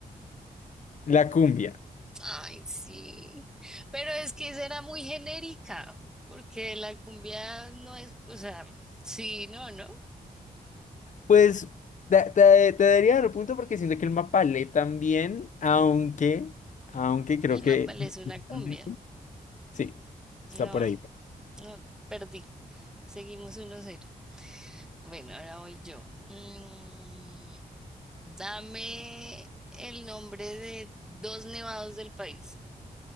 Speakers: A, on the left; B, in the centre.
A: La cumbia.
B: Ay, sí. Pero es que esa era muy genérica, porque la cumbia no es, o sea, sí, no, ¿no?
A: Pues da- te, te daría el punto porque siento que el mapalé también, aunque, aunque creo
B: El
A: que...
B: mapalé es una
A: <laughs>
B: cumbia.
A: Sí, está
B: No,
A: por ahí.
B: no, perdí. Seguimos 1-0. Bueno, ahora voy yo. Mm, Dame el nombre de dos nevados del país.